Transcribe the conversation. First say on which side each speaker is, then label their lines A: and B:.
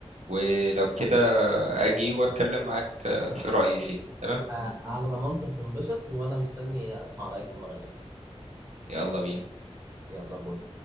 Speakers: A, on the right (about 80°); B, on the right (about 30°).
A: ولو كده اجي واتكلم معاك في رأيي فيه تمام
B: آه، على ضمانتي هتنبسط وانا مستني اسمع رايك المره اللي جايه
A: يلا بينا
B: يلا باي